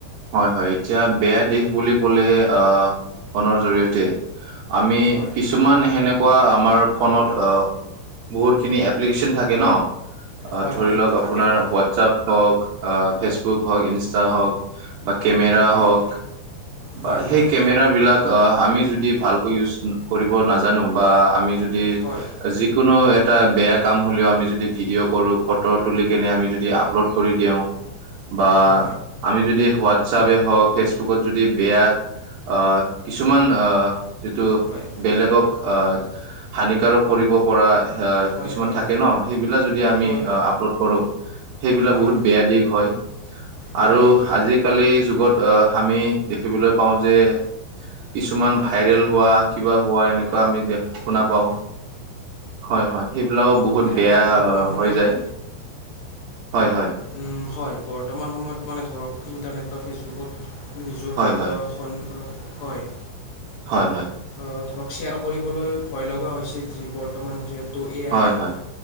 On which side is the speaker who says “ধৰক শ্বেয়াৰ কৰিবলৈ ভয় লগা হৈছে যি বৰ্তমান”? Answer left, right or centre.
Left